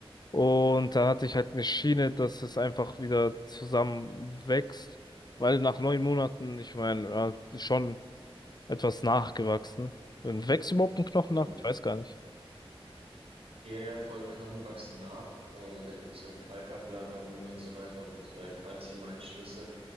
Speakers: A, on the left; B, on the right.
A: Und da hatte ich halt eine Schiene, dass es einfach wieder zusammenwächst. Weil nach neun Monaten, ich meine, ja, ist schon etwas nachgewachsen. Und wächst überhaupt ein Knochen
B: mhm.
A: nach? Ich weiß gar nicht.
B: Ja, ja, voll, Knochen wachsen nach. Äh, da gibt es dann Kalkablagerungen und so weiter und äh, Calciumeinschlüsse.